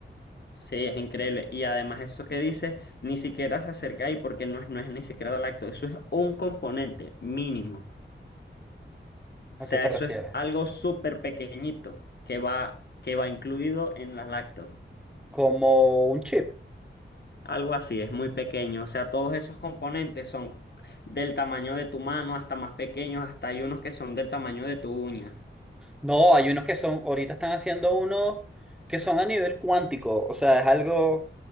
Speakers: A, on the left; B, in the centre.
A: Sí, es increíble. Y además eso que dices, ni siquiera se acerca ahí porque no es, no es ni siquiera lacto. Eso es un componente mínimo.
B: ¿a
A: O sea,
B: qué te
A: eso
B: refieres?
A: es algo súper pequeñito que va, que va incluido en las lactos
B: Como un chip.
A: Algo así, es muy pequeño. O sea, todos esos componentes son del tamaño de tu mano hasta más pequeños, hasta hay unos que son del tamaño de tu uña.
B: No, hay unos que son, ahorita están haciendo unos que son a nivel cuántico, o sea, es algo